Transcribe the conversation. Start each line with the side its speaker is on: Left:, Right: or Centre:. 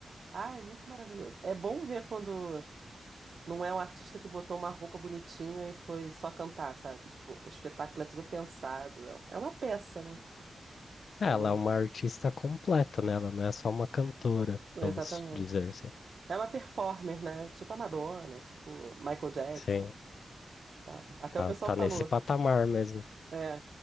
Right: Ah, é muito maravilhoso. É bom ver quando não é um artista que botou uma roupa bonitinha e foi só cantar, sabe? Tipo, o espetáculo é tudo pensado. É um- é uma peça, né?
Left: É,
Right: É
Left: Ela
Right: uma.
Left: é uma artista completa, né? Ela não é só uma cantora,
Right: Exatamente.
Left: vamos dizer assim.
Right: É uma performer, né? Tipo a Madonna, tipo Michael Jackson,
Left: Sim,
Right: tá? Até
Left: tá,
Right: o pessoal
Left: tá
Right: falou.
Left: nesse patamar mesmo.
Right: É.